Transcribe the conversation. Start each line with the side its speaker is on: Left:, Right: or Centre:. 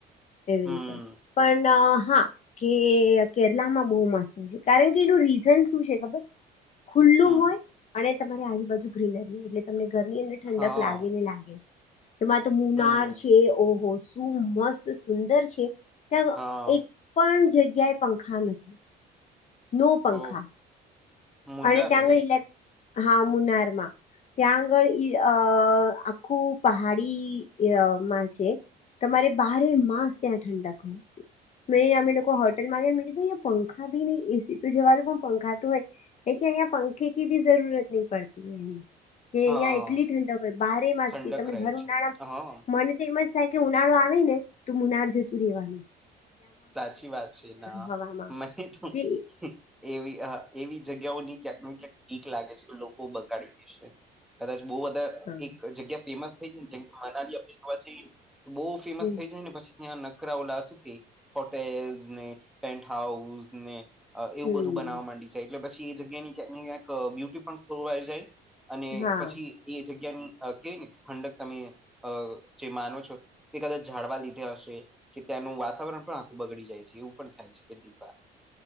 Left: એવી
Centre: હમ
Left: રીતે પણ હા કે કેરલામાં બહુ મસ્ત કારણ કે એનું રીઝન શું છે ખબર ખુલ્લું
Centre: હમ
Left: હોય અને તમારી આજુબાજુ ગ્રીનરી હોય એટલે તમને ઘરની અંદર ઠંડક
Centre: હા
Left: લાગે ને લાગે એમાં તો મુનાર
Centre: હમ
Left: છે ઓ હો હા મસ્ત સુંદર છે ત્યાં
Centre: હા
Left: એક પણ જગ્યાએ પંખા નથી નો પંખા.
Centre: તો મુન્નાર
Left: અને ત્યાંનો
Centre: રે
Left: ઇલે હા મુનારમાં. ત્યાં આગળ ઈ અ આખું પહાડી ય માં છે. તમારે બારે માસ ત્યાં ઠંડક હોય. મે અમે લોકો હોટેલ મા ગયા પંખા ભી ની એસી તો જવાનું પણ પંખા તો હોય એકે અહીંયા પંખે કે ભી જરૂરત નહી પડતી હે. કે અહીંયા
Centre: હા
Left: એટલી ઠંડક હોય બારે માસ
Centre: ઠંડક
Left: થી તમે
Centre: રહે
Left: ભર
Centre: છે
Left: ઉનાળા
Centre: હા
Left: મને તેમજ થાય કે ઉનાળો આવે ને તો મુનાર જતું રેવા.
Centre: સાચી વાત છે ના
Left: હવામાં
Centre: માહી થું
Left: કે
Centre: હમ એવી આ એવી જગ્યાઓની <unintelligible> નું ક્યાંક ઠીક લાગે છે લોકો બગાડી ભી શ કદાચ બો બધા
Left: હા
Centre: એક જગ્યા ફેમસ થઈ જાય ને જેમ કે મનાલી આપણે <unintelligible> જઈએ તો બો ફેમસ
Left: હમ
Centre: થઈ જાય ને પછી ત્યાં નકરા ઓલા શું કે હોટેલ્સ ને પેન્ટ હાઉસ ને એવું
Left: હમ
Centre: બધું બનાવવા માંડી છે એટલે પછી એ જગ્યા ની ક્યાંક ને ક્યાંક આ બ્યુટી પણ ખોરવાઈ જાય અને
Left: હા
Centre: પછી એ જગ્યાની કેવાય ને ખંડક તમે આ જે માનો છો તે કદાચ ઝડવા લીધે હશે કે ત્યાંનું વાતાવરણ પણ આખું બગડી જાય છે એવું પણ થાય છે કેટલીક વાર.